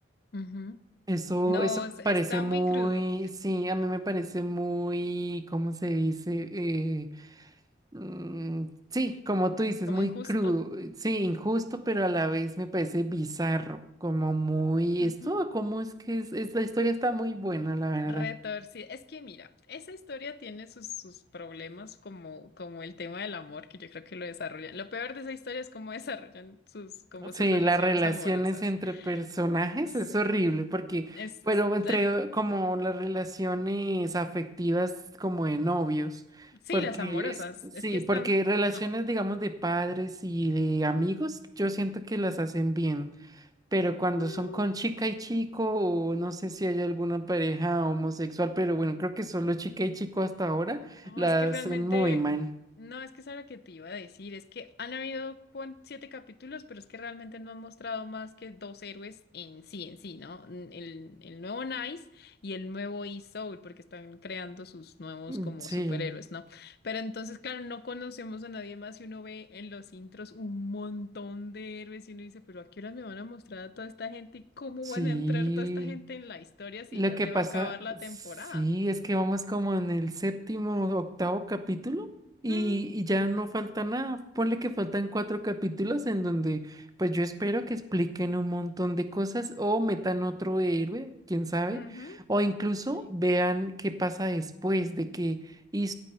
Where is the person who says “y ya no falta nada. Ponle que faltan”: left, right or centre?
Right